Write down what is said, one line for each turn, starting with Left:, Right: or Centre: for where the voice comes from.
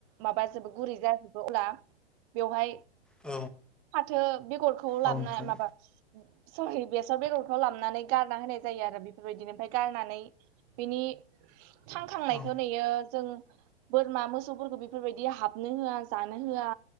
Right: माबाजोबो गुरै जाजोबो अब्ला बेवहाय
Centre: औ
Right: फाथो बेगरखौ
Centre: औ
Right: लाबोना
Centre: नोंथां औ नोंथां
Right: माबा सरि बेसर बेगरखौ लाबनानै गारना होनाय जायो आरो बे बेबायदिनो ओमफ्राय गारनानै बिनि थांखांनायखौ
Centre: औ
Right: नुयो जों बोरमा मोसौफोरखौ बेफोरबायदि हाबनो होआ जानो होआ